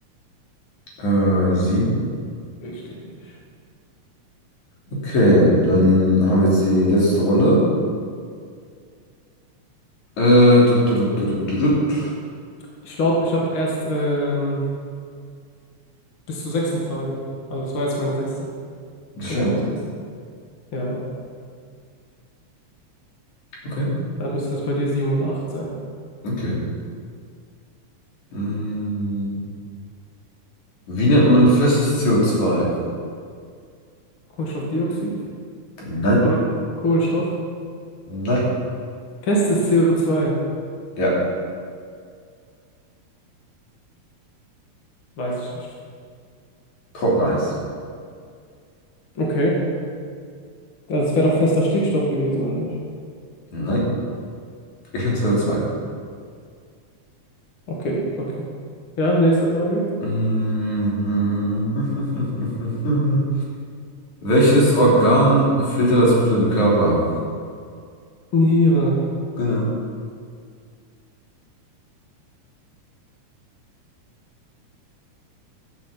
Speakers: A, on the left; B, on the left.
A: Äh, sieben.
B: Richtig.
A: Okay, dann haben wir jetzt die letzte Runde. Äh, tut, tut, tut, tut, tut, tut.
B: Ich glaube, ich habe erst ähm, bis zur sechsten Frage. Also das war jetzt meine sechste.
A: Sicher?
B: Fünf von sechs. Ja,
A: Okay,
B: dann müsste es bei dir sieben und acht sein.
A: okay. Mm, wie nennt man festes co zwei
B: Kohlenstoffdioxid
A: Nein,
B: oder Kohlenstoff?
A: nein.
B: Festes CO2.
A: Ja,
B: Weiß ich nicht.
A: Trockeneis.
B: Okay. Also es wäre doch fester Stickstoff gewesen, oder nicht?
A: Nein, ich bin co zwei
B: Okay, okay. Ja, nächste Frage.
A: Mm. <laughs> Welches Organ filtert das Blut im Körper?
B: Niere.
A: Genau.